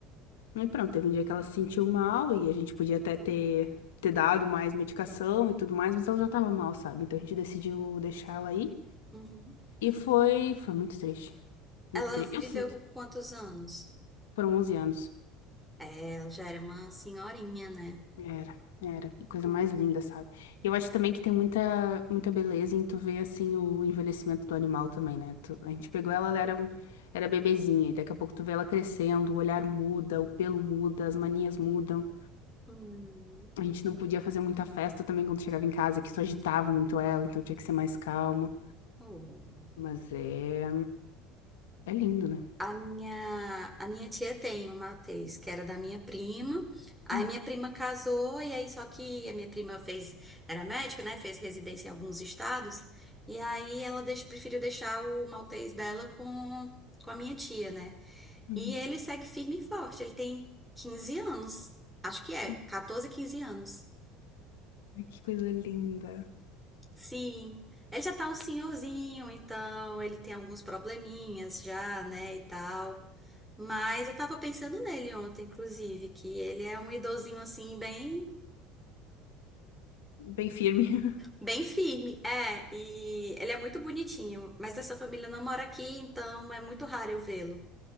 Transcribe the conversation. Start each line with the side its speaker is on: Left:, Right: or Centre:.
Left: E pronto, teve um dia que ela se sentiu mal e a gente podia até ter, ter dado mais medicação e tudo mais, mas ela já tava mal, sabe? Então a gente decidiu deixar ela aí.
Centre: uhum.
Left: E foi, foi muito triste. Muito
Centre: Ela
Left: triste.
Centre: viveu
Left: Eu sinto.
Centre: com quantos anos?
Left: Foram 11 anos.
Centre: É, ela já era uma senhorinha, né?
Left: Era, era. A Coisa
Centre: Hum.
Left: mais linda, sabe? E eu acho também que tem muita, muita beleza em tu ver, assim, o envelhecimento do animal também, né? Tu- a gente pegou ela, ela era, um- era bebezinha. E daqui a pouco tu vê ela crescendo, o olhar muda, o pelo muda, as manias mudam.
Centre: Ai.
Left: A gente não podia fazer muita festa também quando chegava em casa, que só agitava muito ela, então tinha que ser mais calmo.
Centre: Oh.
Left: Mas é, é lindo, né?
Centre: A minha, a minha tia tem um Matheus, que era da minha prima. Aí
Left: Hum,
Centre: minha prima casou, e aí só que a minha prima fez, era médica, né? Fez residência em alguns estados. E aí ela deix- preferiu deixar o Maltês dela com, com a minha tia, né?
Left: uhum,
Centre: E ele segue firme e forte. Ele tem quinze anos. Acho que é,
Left: uhum.
Centre: 14 15 anos.
Left: Ai, Que coisa linda.
Centre: Sim. Ele já tá um senhorzinho, então ele tem alguns probleminhas já, né? E tal. Mas eu tava pensando nele ontem, inclusive, que ele é um idosinho assim, bem,
Left: Bem firme. <laughs>
Centre: bem firme. É, e ele é muito bonitinho, mas essa família não mora aqui, então é muito raro eu vê-lo.